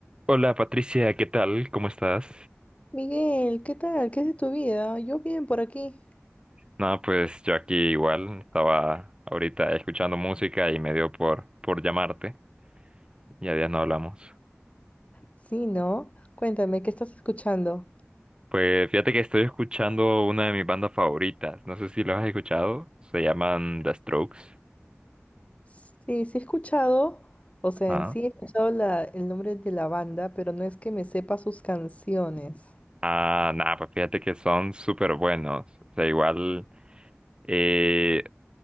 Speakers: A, on the right; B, on the left.
A: Hola Patricia, ¿qué tal? ¿Cómo estás?
B: Miguel, ¿qué tal? ¿Qué es de tu vida? Yo bien por aquí.
A: No, pues yo aquí igual estaba ahorita escuchando música y me dio por, por llamarte. Ya días no hablamos.
B: Sí, ¿no? Cuéntame, ¿qué estás escuchando?
A: Pues fíjate que estoy escuchando una de mis bandas favoritas. No sé si lo has escuchado. Se llaman The Strokes.
B: Sí, sí he escuchado, o sea,
A: Ah,
B: en sí he escuchado la- el nombre de la banda, pero no es que me sepa sus canciones.
A: ah, nada, pues fíjate que son súper buenos. O sea, igual. eh,